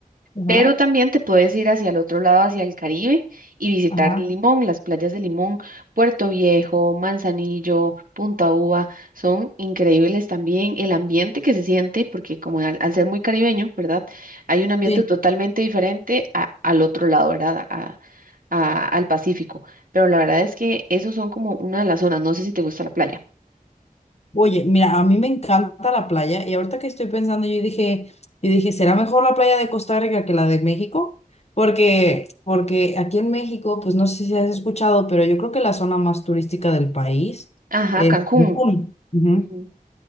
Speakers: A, on the left (about 45°); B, on the right (about 70°).
A: Ajá,
B: Pero también te puedes ir hacia el otro lado, hacia el Caribe, y visitar
A: ajá.
B: Limón, las playas de Limón, Puerto Viejo, Manzanillo, Punta Uva, son increíbles también. El ambiente que se siente, porque como al, al ser muy caribeño, ¿verdad? Hay un ambiente
A: Sí.
B: totalmente diferente a- al otro lado, ¿verdad? A- a- al Pacífico. Pero la verdad es que esos son como una de las zonas. No sé si te gusta la playa.
A: Oye, mira, a mí me encanta la playa y ahorita que estoy pensando, yo dije, yo dije, ¿será mejor la playa de Costa Rica que la de México? Porque, porque aquí en México, pues no sé si has escuchado, pero yo creo que la zona más turística del país
B: Ajá,
A: es
B: Cancún.
A: Cancún. Ujú.
B: Ujú,